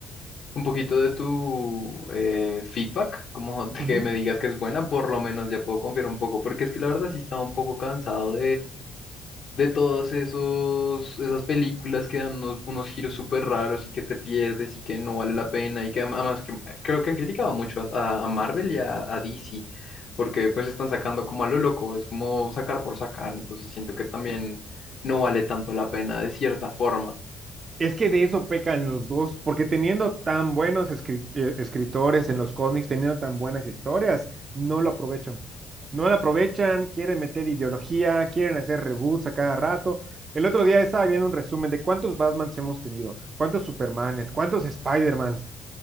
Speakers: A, on the left (about 55°); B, on the right (about 40°).
A: un poquito de tu eh, feedback, como <laughs> de
B: Ujú.
A: que me digas que es buena, por lo menos ya puedo confiar un poco, porque es que la verdad sí estaba un poco cansado de todas esos, esas películas que dan unos, unos giros súper raros y que te pierdes y que no vale la pena y que am- además que, creo que han criticado mucho a, a- Marvel y a, a DC porque pues están sacando como a lo loco, es como sacar por sacar, entonces siento que también no vale tanto la pena de cierta forma.
B: Es que de eso pecan los dos, porque teniendo tan buenos escri- eh, escritores en los cómics, teniendo tan buenas historias, no lo aprovechan. No lo aprovechan, quieren meter ideología, quieren hacer reboots a cada rato. El otro día estaba viendo un resumen de cuántos Batmans hemos tenido, cuántos Supermanes, cuántos Spidermans,